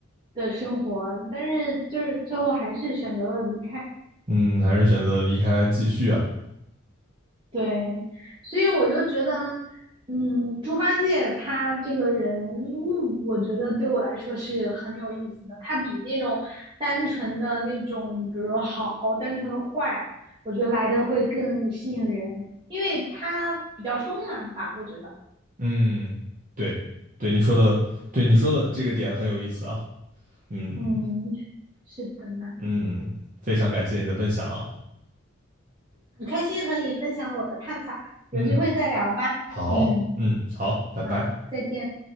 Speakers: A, on the right; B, on the right.
A: 的生活，但是就是最后还是选择了离开。
B: 嗯，还是选择离开继续啊。
A: 对，所以我就觉得，嗯，猪八戒他这个人物，我觉得对我来说是很有意思的。他比那种单纯的那种，比如说好，单纯的坏，我觉得来的会更吸引人，因为他比较丰满吧，我觉得。
B: 嗯，对，对你说的，对你说的这个点很有意思啊。嗯
A: 嗯，是的呢，
B: 嗯，非常感谢你的分享啊。
A: 很开心和你分享我的看法，有机会再聊吧。
B: 嗯，好，
A: 嗯，
B: 嗯好，拜拜。
A: 好，再见。